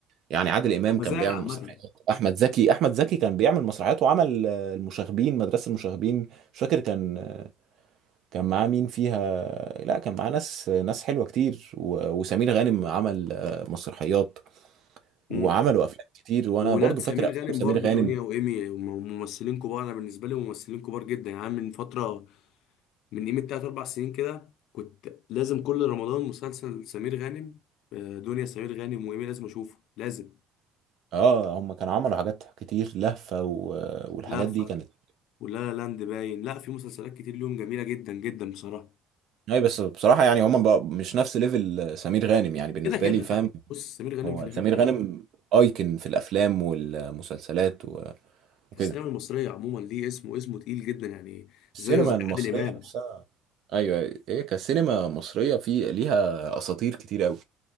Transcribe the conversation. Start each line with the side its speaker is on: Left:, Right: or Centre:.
Right: يعني عادل امام
Left: مزايا
Right: كان بيعمل
Left: عامه
Right: مسرحيات احمد زكي احمد زكي كان بيعمل مسرحيات وعمل آه، المشاغبين مدرسه المشاغبين مش فاكر كان آه، كان معاه مين فيها لا كان معاه ناس آه، ناس حلوه كتير و- وسمير غانم عمل آه، مسرحيات وعملوا
Left: امم
Right: افلام كتير وانا
Left: وولاد
Right: برضو
Left: سمير
Right: فاكر افلام
Left: غانم
Right: سمير
Left: برضو
Right: غانم
Left: دنيا وايمي وم- ممثلين كبار انا بالنسبه لي ممثلين كبار جدا يعني من فتره من قيمه تلات اربع سنين كده كنت لازم كل رمضان مسلسل سمير غانم آه، دنيا سمير غانم وايمي لازم اشوفه لازم
Right: اه هم كانوا عملوا حاجات كتير لهفه و- والحاجات
Left: لهفة
Right: دي كانت
Left: ولا لا لاند باين لا في مسلسلات كتير ليهم جميله جدا جدا بصراحه
Right: اي بس بصراحه يعني هم بقى مش نفس ليفل آه، سمير غانم يعني بالنسبه
Left: كده كده
Right: لي فاهم
Left: لا بص سمير غانم
Right: هو
Left: في ليفل
Right: سمير
Left: تاني
Right: غانم ايكن في الافلام والمسلسلات و- وكده
Left: السينما المصرية عموما ليه اسمه اسمه تقيل جدا يعني
Right: السينما
Left: زيه زي
Right: المصرية
Left: عادل إمام
Right: نفسها ايوه أيوة. ايه كسينما مصرية في ليها اساطير كتير قوي